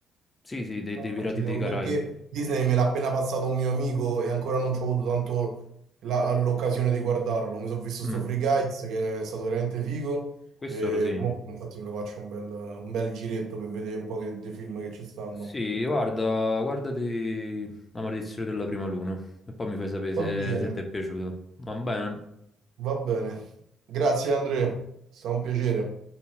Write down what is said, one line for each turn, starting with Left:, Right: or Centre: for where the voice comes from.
Left: sì, sì, dei,
Right: No,
Left: dei
Right: infatti,
Left: Pirati
Right: devo-
Left: dei Caraibi.
Right: Perché Disney me l'ha appena passato un mio amico e ancora non ci ho avuto tanto la- l'occasione di guardarlo. Mi sono visto
Left: Mm,
Right: sto Free Guys che è stato veramente figo
Left: questo
Right: e
Left: lo segno.
Right: mo infatti me lo faccio un bel, un bel giretto per vedere un po' che- dei film che ci stanno.
Left: Sì, guarda, guardati La maledizione della prima luna e poi mi fai sapere se,
Right: Va bene,
Left: se ti è piaciuto. Va bene?
Right: va bene. Grazie Andrea, è stato un piacere.